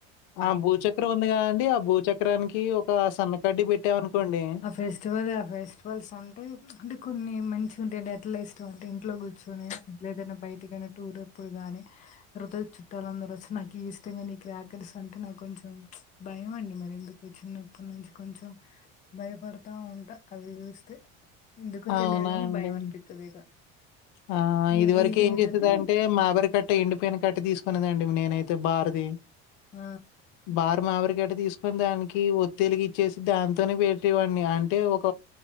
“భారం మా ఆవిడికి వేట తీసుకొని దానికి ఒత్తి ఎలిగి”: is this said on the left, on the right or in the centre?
Left